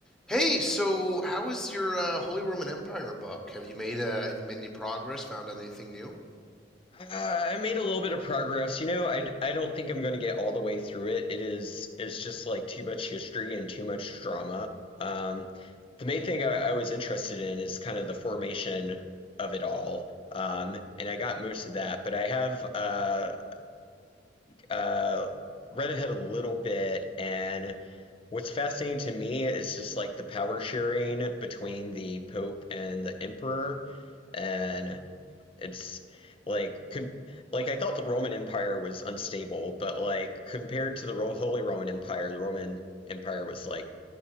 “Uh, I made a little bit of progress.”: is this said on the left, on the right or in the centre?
Left